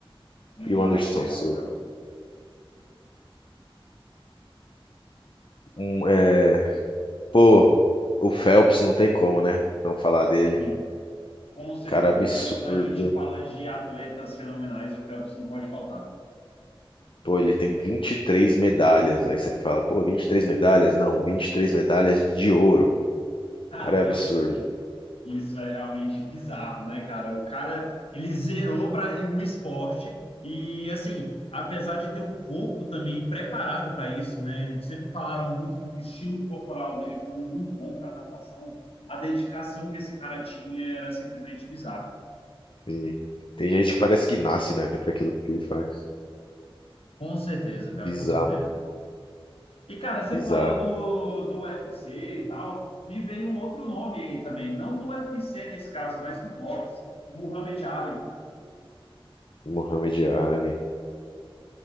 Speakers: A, on the left; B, on the left.
A: Legal,
B: e o Anderson
A: legal,
B: Silva.
A: legal.
B: Um, é, pô, o Phelps não tem como, né? Não falar dele.
A: Sim. Com certeza,
B: Cara absurdo.
A: cara. Quando a gente fala de atletas fenomenais, o Phelps não pode faltar.
B: Pô, ele tem 23 medalhas. Aí você fala, pô, 23 medalhas? Não, 23 medalhas de ouro.
A: <laughs>
B: Cara, é absurdo.
A: Isso é realmente bizarro, né, cara? O cara, ele zerou para o esporte e, assim, apesar de ter o corpo também preparado para isso, né? Eles sempre falaram muito do estilo corporal dele como muito bom para natação. A dedicação que esse cara tinha era simplesmente bizarra.
B: E tem gente que parece que nasce, né, para aquilo que ele faz.
A: Com certeza, cara,
B: Bizarro,
A: com certeza. E, cara, você
B: bizarro.
A: falou do, do UFC e tal. Me veio um outro nome aí também. Não do UFC nesse caso, mas do boxe. O Muhammad Ali, cara.
B: Um Muhammad Ali.